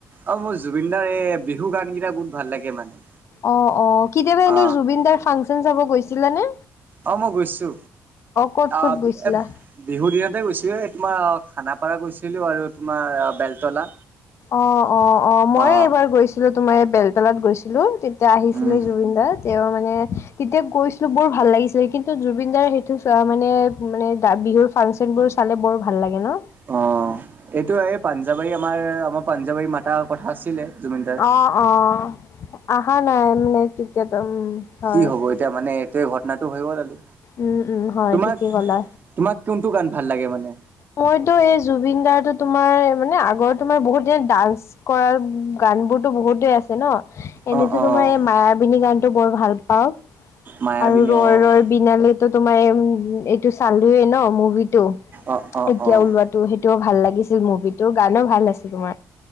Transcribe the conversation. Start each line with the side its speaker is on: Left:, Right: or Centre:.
Right: অ' মই জুবিনদাৰ এই বিহু গানকেইটা বহুত ভাল লাগে মানে।
Left: অঁ অঁ কেতিয়াবা এনেই
Right: অ
Left: জুবিন দাৰ ফাংচন চাব গৈছিলে নে?
Right: অঁ মই গৈছো
Left: ক'ত
Right: আহ
Left: ক'ত গৈছিলা?
Right: এ- বিহু দিনতে গৈছিলো এই তোমাৰ খানাপাৰা গৈছিলো আৰু তোমাৰ বেলতলা।
Left: অঁ অঁ অঁ মইয়ে
Right: অ
Left: এইবাৰ গৈছিলো তোমাৰ এই বেলতালাত গৈছিলো তেতিয়া আহিছিলে
Right: উম
Left: জুবিন দাৰ। তেওঁ মানে তেতিয়া গৈছিলো বৰ ভাল লাগিছিলে কিন্তু, জুবিন দাৰ সেইটো চোৱা মানে মানে বিহুৰ- ফাংচন বোৰ চালে বৰ ভাল লাগে ন।
Right: অ' এইটো এই পাঞ্জাৱাৰী আমাৰ আমাৰ পাঞ্জাৱাৰী মাতাৰ কথা আছিলে। জুবিন দাৰ।
Left: অঁ অঁ আহা নাই মানে তেতিয়াতো উম' হয়।
Right: কি হ'ব এতিয়া মানে এইটোৱে ঘটনাটো হৈ গ'ল আৰু।
Left: উম উম' হয়,
Right: তোমাক
Left: ঠিকেই কলা।
Right: তোমাক কোনটো গান ভাল লাগে মানে?
Left: মইতো এই জুবিন দাৰ তো তোমাৰ মানে আগৰ তোমাৰ বহুত দিন ডান্স- কৰাৰ গান বোৰতো বহুতেই আছে ন। এনেতো
Right: অ' অ'
Left: তোমাৰ এই মায়াবিনী গানতটো বৰ ভাল পাওঁ
Right: মায়াবিনী
Left: আৰু
Right: অ'
Left: ৰই ৰই- বিনালেটো তোমাৰ এ এইটো চালোয়ে ন মুভিটো।
Right: অ' অ'
Left: এতিয়া
Right: অ'।
Left: ওলোৱাটো সেইটোও ভাল লাগিছিল মুভিটো গানো ভাল আছিল তোমাৰ।